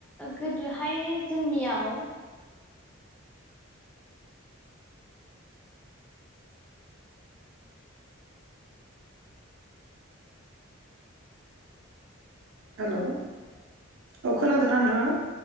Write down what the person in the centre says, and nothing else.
गोदोहाय जोंनियाव <inaudible>